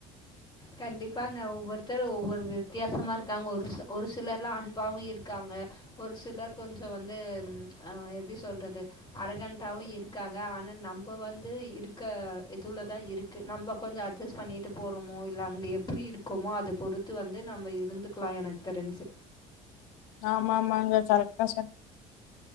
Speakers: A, on the left (about 25°); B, on the left (about 80°).
A: கண்டிப்பாங்க ஒவ்வொருத்தரு ஒவ்வொரு வித்தியாசமா இருக்காங்க ஒரு ஒரு சிலர்லா அன்பாவு இருக்காங்க ஒரு சிலர் கொஞ்சோ வந்து ம் அ எப்டி சொல்றது அரகண்டாவு இரு இருக்காங்க ஆனா நம்போ வந்து இருக்க இதுவுல தா இருக்கு நம்ம கொஞ்சோ அட்ஜஸ்ட் பண்ணிட்டு ட்டு போறோமோ இல்ல அங்கே எப்டி இருக்கோமோ அத பொறுத்து வந்து நம்ம இருந்துக்கலாம் எனக்கு தெரிஞ்சி
B: ஆமா ஆமாங்க கரெக்டா சொன்